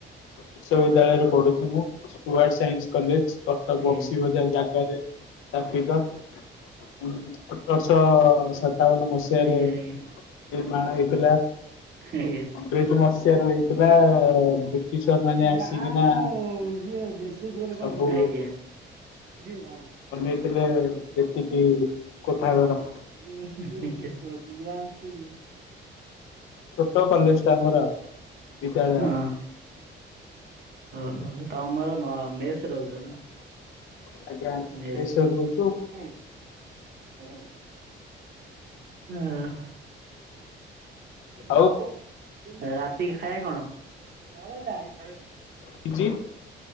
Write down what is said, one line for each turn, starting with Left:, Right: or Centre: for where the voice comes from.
Left: ବିଶ୍ବଦ୍ୟାଳୟରେ ପଢୁଛି ମୁଁ, ଷ୍ଟୁଆର୍ଟ ସାଇନ୍ସ କଲେଜ। କଟକ
Right: ଆଜ୍ଞା
Left: ବକ୍ସିବଜାର
Right: ଆଜ୍ଞା
Left: ଜାଗାରେ ସ୍ଥାପିତ। ଉମ୍ ଅଠରଶହ ସତାବନ ମସିହାରେ
Right: ଆଜ୍ଞା ଆଜ୍ଞା
Left: ନିର୍ମାଣ ହେଇଥିଲା।
Right: ଆଜ୍ଞା।
Left: ଅଂଗ୍ରେଜ ମସିହାରୁ ହେଇଥିଲା ବ୍ରିଟିଶର ମାନେ
Right: ଆଜ୍ଞା।
Left: ଆସିକିନା ସବୁ
Right: ଇଏ ଭାଇ
Left: ବନେଇଥିଲେ ଯେମତିକି କୋଠା ଘର।
Right: <inaudible>
Left: ଛୋଟ କଲେଜଟା ଆମର ଆଉ ବିଦ୍ୟାଳୟ।
Right: ହଁ। ଓହୋ। ତମର ମ ମେସ୍ ରହୁଛ ନୁହଁ?
Left: ଆଜ୍ଞା ଆଜ୍ଞା
Right: ମେସ୍
Left: ମେସ ରହୁଛୁ
Right: ଉଁ। ହୁଁ ଆଁ
Left: ଆଉ
Right: ପାଗ ରାତିକି ଖାଇଆ କଣ? ରାତି
Left: ପିଜି